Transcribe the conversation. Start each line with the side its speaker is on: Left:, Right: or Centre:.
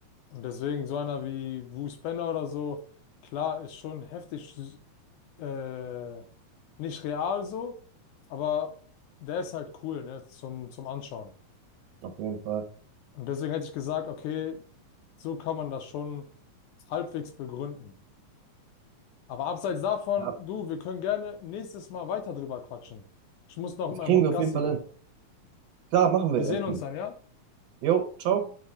Left: Und deswegen so einer wie Bruce Banner oder so, klar, ist schon heftig, äh, nicht real so, aber der ist halt cool, ne, zum, zum Anschauen.
Right: Auf jeden Fall.
Left: Und deswegen hätte ich gesagt, okay, so kann man das schon halbwegs begründen. Aber abseits davon,
Right: Ja,
Left: du, wir können gerne nächstes Mal weiter drüber quatschen. Ich muss noch
Right: das
Left: mit meinem
Right: kriegen
Left: Hund
Right: wir
Left: Gassi
Right: auf jeden Fall
Left: gehen.
Right: hin. Klar, machen
Left: Wir
Right: wir,
Left: sehen
Right: Edgin.
Left: uns dann, ja?
Right: Jo, ciao.